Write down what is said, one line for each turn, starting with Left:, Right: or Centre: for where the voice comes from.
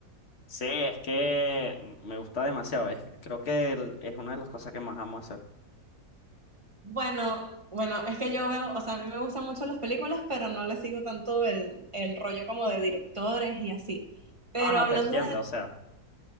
Left: Sí, es que me gusta demasiado. Es, creo que el- es una de las cosas que más amo hacer.
Right: Bueno, bueno, es que yo veo, o sea, a mí me gustan mucho las películas, pero no le sigo tanto el, el rollo como de directores y así. Pero
Left: No, no,
Right: hablando
Left: te entiendo, o sea,